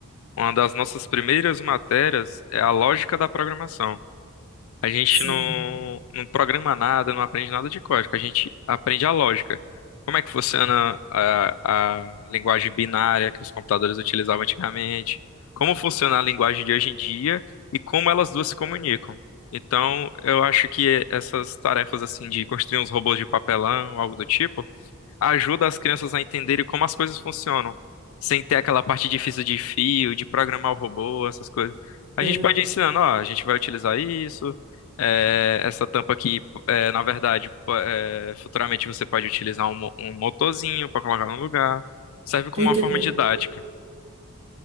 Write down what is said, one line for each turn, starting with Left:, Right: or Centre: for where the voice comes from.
Left: uma das nossas primeiras matérias é a lógica da programação. A gente
Right: Sim,
Left: não, não programa nada, não aprende nada de código, a gente aprende a lógica. Como é que funciona a, a linguagem binária que os computadores utilizavam antigamente? Como funciona a linguagem de hoje em dia e como elas duas se comunicam? Então, eu acho que essas tarefas assim de construir uns robôs de papelão, algo do tipo, ajuda as crianças a entenderem como as coisas funcionam, sem ter aquela parte difícil de fio, de programar o robô, essas coisas. A
Right: sei,
Left: gente pode ir ensinando, ó, a gente vai utilizar isso, é, essa tampa aqui, é, na verdade, po- é, futuramente você pode utilizar um, mo- um motorzinho para colocar no lugar. Serve como
Right: tô entendendo.
Left: uma forma didática.